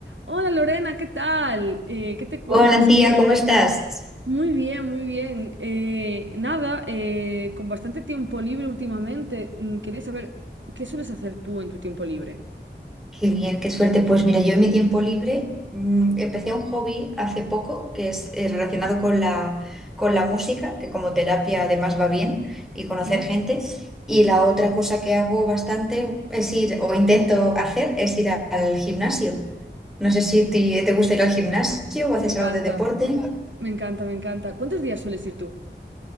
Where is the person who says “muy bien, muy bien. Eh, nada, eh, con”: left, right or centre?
Right